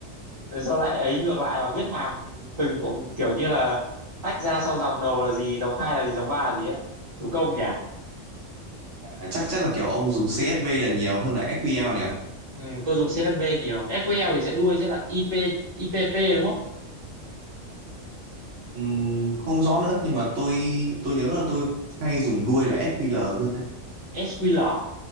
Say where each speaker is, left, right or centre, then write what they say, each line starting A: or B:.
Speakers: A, on the right; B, on the right.
A: rồi sau lại ấy ngược lại và viết hàm từng kiểu như là tách ra sau dòng đầu là gì dòng hai là gì dòng ba là gì á thủ công nhỉ
B: À, Chắc chắc là kiểu ông dùng CSV là nhiều hơn là SQL nhỉ?
A: ừ, tôi dùng CSV nhiều SQL thì sẽ đuôi sẽ là IP IPP đúng không
B: Ừm, không rõ nữa nhưng mà tôi tôi nhớ là tôi hay dùng đuôi là FQL hơn đấy
A: SQL